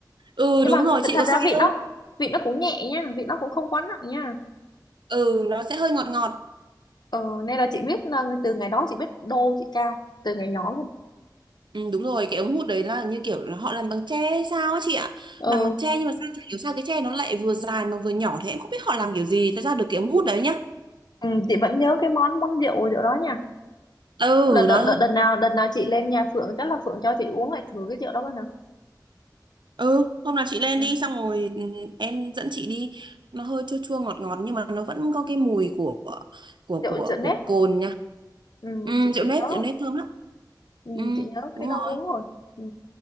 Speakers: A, on the right; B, on the left.
A: ừ
B: nhưng
A: đúng
B: mà
A: rồi chị
B: thật
A: có say
B: ra vịt nó
A: không
B: vịt nó cũng nhẹ nha vịt nó cũng không quá nặng nha
A: ừ nó sẽ hơi ngọt ngọt
B: ờ, nên là chị biết là từ ngày đó chị biết đô chị ca từ ngày nhỏ luôn
A: ừ, đúng rồi cái ống hút đấy là như kiểu là họ làm bằng tre hay sao á chị ạ
B: ờ,
A: làm bằng tre nhưng mà sao chả hiểu sao cái tre nó lại vừa dài mà vừa nhỏ thế em không biết họ làm kiểu gì nó ra được cái ống hút đấy nhá
B: ờ. ừ, chị vẫn nhớ cái món món rượu rượu đó nha
A: ừ
B: đợt đợt
A: nó
B: đợt, đợt nào đợt nào chị lên nhà Phượng chắc là Phượng cho chị uống lại thử cái rượu đó coi nào
A: Ừ, hôm nào chị lên
B: ừ.
A: đi xong rồi ừ, em dẫn chị đi. Nó hơi chua chua ngọt ngọt nhưng mà nó vẫn có cái mùi của của
B: rượu
A: của
B: rượu
A: của
B: nếp
A: cồn nha.
B: ừ,
A: Ừ,
B: chị
A: rượu
B: chị
A: nếp,
B: nhớ rồi.
A: rượu nếp thơm lắm.
B: ừ,
A: Ừ,
B: chị nhớ
A: đúng
B: cái đó
A: rồi.
B: uống rồi ừ.